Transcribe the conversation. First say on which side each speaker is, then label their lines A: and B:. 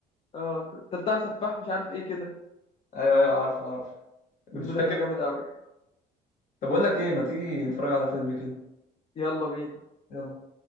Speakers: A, on the left (about 35°); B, on the left (about 50°).
A: اه ده بتاع سفاح مش عارف ايه كده
B: ايوه ايوه عارفه عارفه مش
A: الفيلم
B: فاكر
A: ده كان جامد قوي
B: طب اقول لك ايه ما تيجي نتفرج على فيلم كده
A: يلا بينا
B: يلا